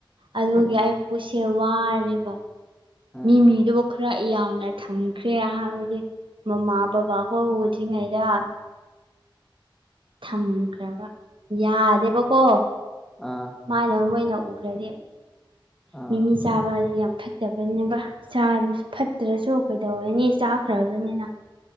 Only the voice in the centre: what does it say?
ꯎꯝ
ꯎꯝ
ꯑꯥ
ꯑꯥ